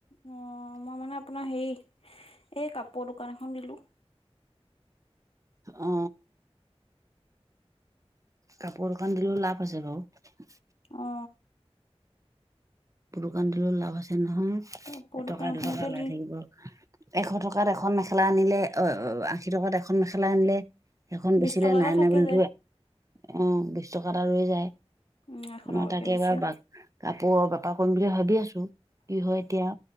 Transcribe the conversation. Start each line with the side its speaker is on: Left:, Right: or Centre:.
Left: অ মই মানে আপোনাৰ হেৰি এই কাপোৰ দোকান এখন দিলোঁ।
Right: অ কাপোৰ দোকান দিলেও লাভ আছে বাৰু।
Left: অ
Right: দোকান দিলেও লাভ আছে নহয়,
Left: কাপোৰ
Right: এটকা
Left: দোকানখনকে
Right: দুটকা ওলাই
Left: দি
Right: থাকিব। এশ টকাত এখন মেখেলা আনিলে, অ অ আশী টকাত এখন মেখেলা আনিলে সেইখন বেচিলে
Left: বিশ টকা
Right: নাই
Left: এটা থাকি
Right: নাই বুলিতো
Left: যায়
Right: অ বিশ টকা এটা ৰৈ যায়।
Left: উম এশ টকাকে
Right: মই তাকে
Left: বেচিও
Right: এইবাৰ বা কাপোৰৰ বেপাৰ কৰিম বুলি ভাবি আছোঁ কি হয় এতিয়া।